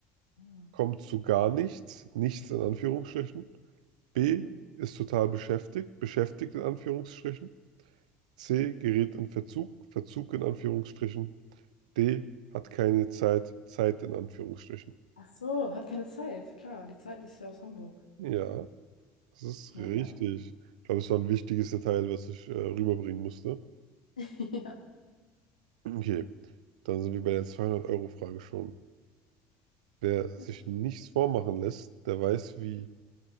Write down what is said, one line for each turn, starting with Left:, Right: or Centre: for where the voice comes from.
Left: Ah,
Right: kommt zu gar nichts, nichts in Anführungsstrichen, B.
Left: Mhm.
Right: ist total beschäftigt, beschäftigt in Anführungsstrichen, C. gerät in Verzug, Verzug in Anführungsstrichen D hat keine Zeit, Zeit in Anführungsstrichen.
Left: Ach so, hat keine Zeit. Klar, die Zeit ist ja aus Hamburg.
Right: Ja, das ist
Left: Naja.
Right: richtig. Ich glaube, es war ein wichtiges Detail, was ich äh, rüberbringen musste.
Left: <laughs> Ja,
Right: Okay, dann sind wir bei der 200-Euro-Frage schon. Wer sich
Left: okay.
Right: nichts vormachen lässt, der weiß, wie